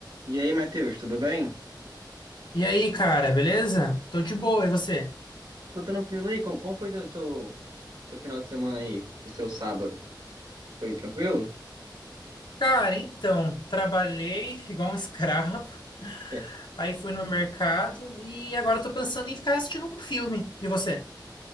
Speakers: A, on the right; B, on the left.
A: E aí, Matheus, tudo bem?
B: E aí, cara, beleza? Tô de boa, e você?
A: Tô tranquilo aí? Como, como foi seu, seu, seu final de semana aí? O seu sábado? Foi tranquilo?
B: Cara, então, trabalhei <laughs> igual um escravo,
A: <laughs>
B: aí fui no mercado e agora tô pensando em ficar assistindo um filme. E você?